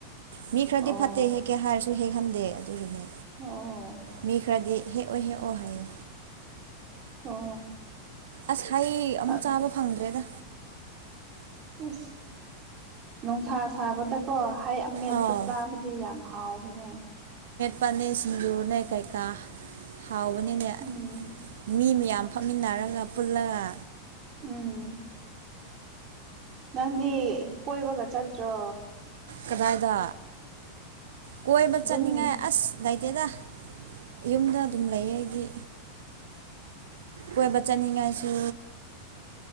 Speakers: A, on the right (about 60°); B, on the right (about 30°).
A: ꯃꯤ ꯈꯔꯗꯤ
B: ꯑꯣ
A: ꯐꯠꯇꯦ ꯍꯦꯛꯀꯦ ꯍꯥꯏꯔꯁꯨ ꯍꯦꯛꯍꯟꯗꯦ ꯑꯗꯨꯒꯤꯅꯦ
B: ꯑꯣ
A: ꯃꯤ ꯈꯔꯗꯤ ꯍꯦꯛꯑꯣ ꯍꯦꯛꯑꯣ ꯍꯥꯏ
B: ꯑꯣ
A: ꯑꯁ ꯍꯩ ꯑꯃꯨꯛ
B: ꯑꯁ
A: ꯆꯥꯕ ꯐꯪꯗ꯭ꯔꯦꯗ
B: ꯑꯁ ꯅꯨꯡꯁꯥ ꯁꯥꯕꯗꯀꯣ ꯍꯩ ꯑꯃꯦꯠꯄ
A: ꯑꯥ
B: ꯆꯥꯕꯗꯤ ꯌꯥꯝ ꯍꯥꯎꯕꯅꯦ
A: ꯄꯅꯦ ꯁꯤꯡꯖꯨꯅꯦ ꯀꯩꯀꯥ ꯍꯥꯎꯕꯅꯤꯅꯦ
B: ꯎꯝ
A: ꯃꯤ ꯌꯥꯝ ꯐꯝꯃꯤꯟꯅꯔꯒ ꯄꯨꯜꯂꯒ
B: ꯎꯝ ꯅꯪꯗꯤ ꯀꯣꯏꯕꯒ ꯆꯠꯇ꯭ꯔꯣ
A: ꯀꯗꯥꯏꯗ ꯀꯣꯏꯕ
B: ꯑꯗꯨꯝ
A: ꯆꯠꯅꯤꯡꯉꯥꯏ ꯑꯁ ꯂꯩꯇꯦꯗ ꯌꯨꯝꯗ ꯑꯗꯨꯝ ꯂꯩꯌꯦ ꯑꯩꯗꯤ ꯀꯣꯏꯕ ꯆꯠꯅꯤꯡꯉꯥꯏꯁꯨ